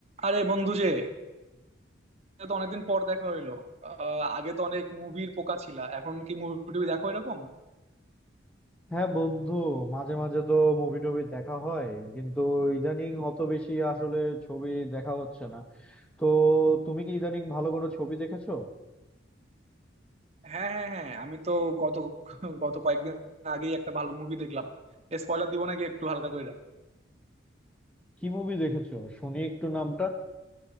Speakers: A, on the right; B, in the centre.
A: আরে বন্ধু যে এটা তো অনেকদিন পর দেখা হইলো আহ, আগে তো অনেক মুভির পোকা ছিলা এখন কি মুভি টুভি দেখো এরকম
B: হ্যাঁ বন্ধু মাঝে মাঝে তো মুভি টুভি দেখা হয় কিন্তু ইদানিং অত বেশি আসলে ছবি দেখা হচ্ছে না তো তুমি কি ইদানিং ভালো কোনো ছবি দেখেছো
A: হ্যাঁ হ্যাঁ হ্যাঁ আমি তো গত গত কয়েকদিন আগেই একটা ভালো মুভি দেখলাম স্পয়লার দিব নাকি একটু হালকা করে
B: কি মুভি দেখেছো শুনি একটু নামটা